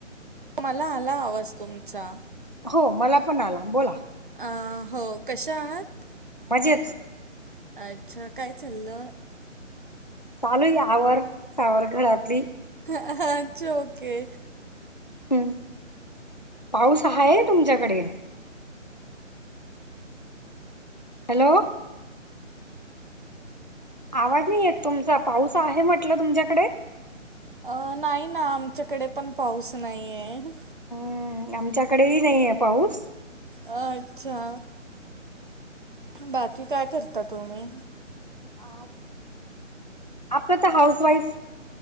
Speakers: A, on the right (about 40°); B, on the left (about 35°).
A: मला आला आवाज तुम चा,
B: हो मला पण आला, बोला
A: अ हो कशा आहात
B: मजेत.
A: अच्छा काय चाललं
B: चालू या आवर-सावर घरात ली
A: अच्छा ओके
B: हम् पाऊस आये तुमच्याकडे हॅलो, आवाज नाही येत तुमचा पाऊस आहे म्हटलं तुमच्याकडे
A: अ नाही ना आमच्याकडे पण पाऊस नाही आहे
B: हम् आमच्याकडेही नाही आहे पाऊस
A: अच्छा बाकी काय करता तुम्ही
B: अ आपलं तर हाऊस वाईफ